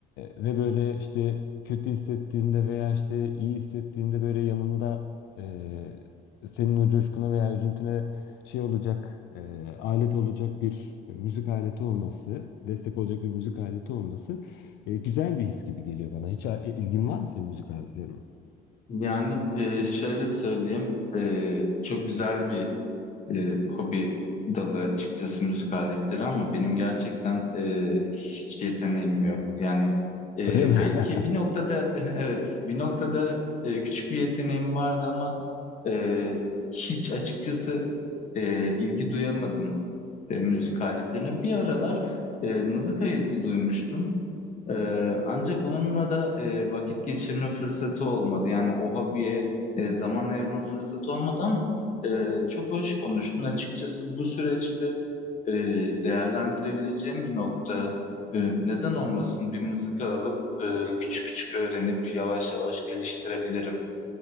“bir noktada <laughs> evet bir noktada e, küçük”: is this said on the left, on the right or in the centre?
Left